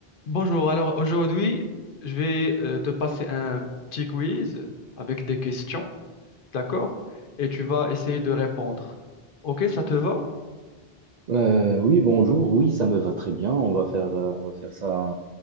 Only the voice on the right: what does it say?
Euh, oui, bonjour. Oui, ça me va très bien. On va faire, euh, on va faire ça.